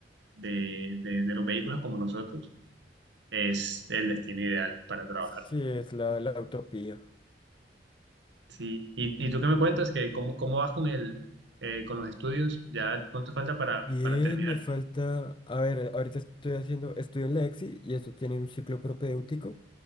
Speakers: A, on the right; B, on the left.
A: de, de- de los vehículos como nosotros. Es el destino ideal para trabajar.
B: sí, es la, la utopía.
A: Sí. ¿Y, y tú qué me cuentas? Que cómo, cómo vas con el, eh, con los estudios? ¿Ya cuánto falta para,
B: Bien,
A: para terminar?
B: me falta. A ver, ahorita estoy haciendo. Estudio en la EXI y esto tiene un ciclo propedéutico.